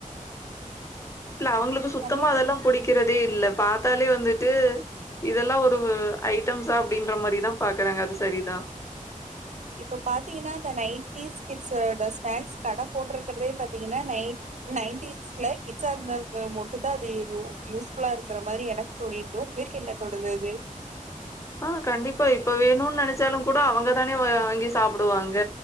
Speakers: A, on the left; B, on the right.
A: இல்ல அவங்களுக்கு சுத்தமா
B: நம்மளுக்கு
A: அதெல்லா புடிக்கிறதே இல்ல பாத்தாலே வந்துட்டு இதெல்லா ஒரு ஐட்டம்ஸா அப்டின்ற மாரிதா பாக்குறாங்க அது சரிதா
B: இப்போ பாத்தீங்கன்னா இந்த நைன்டீஸ் கிட்ஸோட ஸ்நேக்ஸ் கட போட்ருக்கர்தே பாத்தீங்கன்னா நை நைன்டிஸ்ல கிட்ஸா <unintelligible> மட்டு தா அது யூஸ்ஃபுல்லா இருக்கற மாரி எனக்கு தோனிர்க்கு எதுக்கு என்ன தொடரது
A: ஆ கண்டிப்பா இப்ப வேணுனு நெனச்சாலு கூட அவங்கதானே வாங்கி சாப்டுவாங்க